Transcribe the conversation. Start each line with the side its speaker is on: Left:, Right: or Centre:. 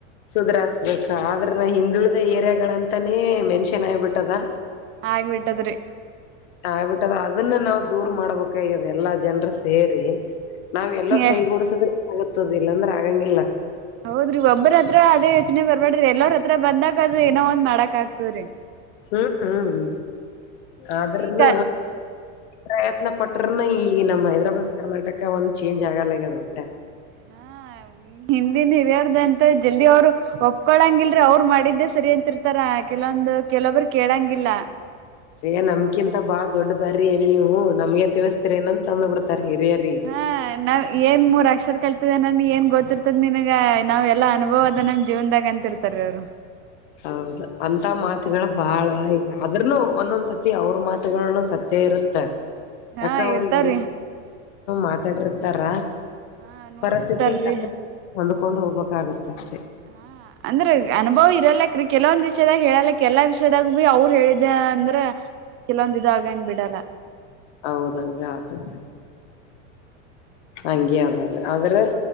Left: ಸುಗ್ರಸ್ಬೇಕ ಆದ್ರ ನ ಹಿಂದುಳಿದ ಏರಿಯಾಗಳ ಅಂತಾನೇ ಮೆನ್ಷನ್ ಆಗಿಬಿಟ್ಟದ.
Right: ಆಗ್ಬಿಟ್ಟದ್ರಿ.
Left: ಆಗ್ಬಿಟ್ಟಿದ ಅದನ್ನ ನಾವವು ದೂರ್ ಮಾಡಬೇಕಾಗ್ಯಾಡ. ಎಲ್ಲಾ ಜನರು ಸೇರಿ ನಾವ್ ಎಲ್ಲರ
Right: ಏ
Left: ಕೈಗೂಡಸುದ್ರೆ ಆಗತ್ತದ ಇಲ್ಲಾಂದ್ರೆ ಆಗಂಗಿಲ್ಲ.
Right: ಹೌದ್ರಿ ಒಬ್ಬರ ಹತ್ರ ಅದೇ ಯೋಚನೆ ಬರ್ಬಾರಡ್ರಿ ಎಲ್ಲರ ಹತ್ರ ಬಂದಾಗ ಅದು ಏನೋ ಒಂದ್ ಮಾಡಕ್ ಆಗ್ತದ್ರಿ.
Left: ಹ್ಮ್ ಹ್ಮ್ ಆದ್ರನ್ನ.
Right: ಈಗ
Left: ಪ್ರಯತ್ನ ಪಟ್ರನ ಈ ನಮ್ ಹೈದ್ರಾಬಾದ್ ಕರ್ನಾಟಕ ಒಂದ್ ಚೇಂಜ್ ಆಗಲ್ಲಗ್ಯದ ಒಟ್ಟೆ.
Right: ಹಾ. ಹಿಂದಿನ್ ಹಿರಿಯಾರ್ದ ಅಂತ ಜಲ್ದಿ ಅವ್ರು ಒಪ್ಕೊಳಂಗ ಇಲ್ರಿ ಅವ್ರು ಮಾಡಿದ್ದೆ ಸರಿ ಅಂತಿರ್ತಾರ. ಕೆಲವೊಂದು ಕೆಲೊಬ್ರು ಕೇಳಂಗಿಲ್ಲ.
Left: ಯ ನಮ್ಕಿಂತ ಬಾಳ್ ದೊಡ್ ಬರ್ರಿ ಏನ್ ನೀವು ನಮ್ಗೆ ತಿಳಿಸಸ್ತೀರಿ ಏನಂತ ಅಂದ್ ಬಿಡ್ತಾರ ಹಿರಿಯರಿ.
Right: ಹ ನಾವ್ ಏನ್ ಮೂರ್ ಅಕ್ಷರ ಕಲ್ತಿದನನ್ ಏನ್ ಗೊತ್ತಿರ್ತದ ನಿನಗ ನಾವ್ ಎಲ್ಲ ಅನುಭವ ಅದ ನಮ್ ಜೀವನ್ದಾಗ ಅಂತ.. ಇರ್ತಾರೆ ಅವ್ರು.
Left: ಹೌದು ಅಂತ ಮಾತುಗಳು ಬಾಳ ಈಗ ಅದ್ರನು ಒಂದೊಂದ್ ಸತಿ ಅವ್ರ ಮಾತುಗಳನು ಸತ. ಸತ್ಯ ಇರುತ್ತ
Right: ಹಾ
Left: ಯಾಕ ಅವ್ರಿಗೆಲ್ಲ
Right: ಇರ್ತಾವ್ರಿ
Left: ಮಾತಾಡಿರ್ತಾರ.
Right: ಹಾ ನೋಡಿರ್ತಾರೀ
Left: ಪರಿಸ್ಥಿತಿಗೆ ತಕ್ಕ ಹೋಂದ್ಕೊಂಡು ಹೋಗ್ಬೇಕಾಗುತ್ತೆ ಅಷ್ಟೆ.
Right: ಹಾ ಅಂದ್ರ ಅನುಭವ್ ಇರಲ್ಲ್ರ ಕೆಲವೊಂದ್ ವಿಷಯದಾಗ ಹೇಳ್ಯಾಕ್ ಎಲ್ಲ. ದಾಗ ಬಿ ಅವ್ರು ಹೇಳಿದ ಅಂದ್ರೆ ಕೆಲವೊಂದ ಇದ ಆಗಂಗ ಬಿಡಲ್ಲ.
Left: ಹೌದ ಹಂಗ ಆಗ್ತದ. ಹಂಗೆ ಅದ ಆದ್ರ.